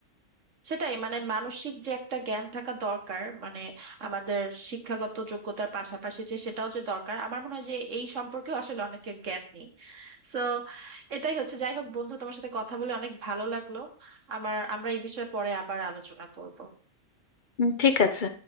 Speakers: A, on the right; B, on the left.
A: সেটাই মানে মানসিক যে একটা জ্ঞান থাকা দরকার মানে আমাদের শিক্ষাগত যোগ্যতার পাশাপাশি যে সেটাও যে দরকার আমার মনে হয় যে এই সম্পর্কেও আসলে অনেকের জ্ঞান নেই সো এটাই হচ্ছে যাই হোক বন্ধু তোমার সাথে কথা বলে অনেক ভালো লাগলো আমার আমরা এই বিষয়ে পরে আবার আলোচনা করব
B: হুম, ঠিক আছে